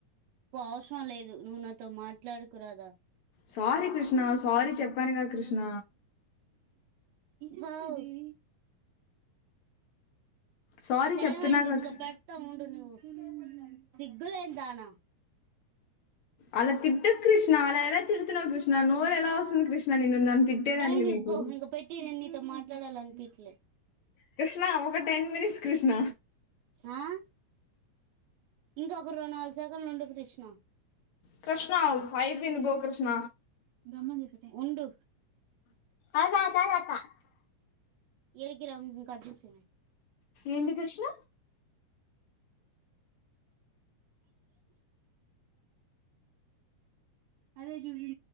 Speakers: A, on the right; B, on the left.
A: అవసరం లేదు నువ్వు నాతో మాట్లాడకు రాధా
B: సారీ కృష్ణ సారీ చెప్పానుగా కృష్ణ
A: ఫాయే
B: సారీ
A: టైం
B: చెప్తున్నాగా
A: అయింది ఇంకా
B: కృ-
A: పెడతాము ఉండు నువ్వు సిగ్గులేదాన
B: అలా తిట్టాక్ కృష్ణ అలా ఎలా తీడోతావ్ కృష్ణ నోరు ఎలా వస్తుంది కృష్ణ నిన్ను నన్ను తిట్టేదానికి
A: టై చూసుకో
B: నీకు
A: ఇంక పెట్టి నేను నీతో మాట్లాడాల అనిపట్లే
B: కృష్ణ ఒక టెన్ మినిట్స్ కృష్ణ
A: హా ఇంకా ఒక రెండు నాలుగు సెకండ్ ఉండు కృష్ణ
B: కృష్ణా అయ్యిపోయింది పో కృష్ణ
A: గమ్మని ఉండు
B: <inaudible>
A: ఎరిగిరం కట్ చెస్
B: ఏంది కృష్ణ
A: అదే జూవ్వి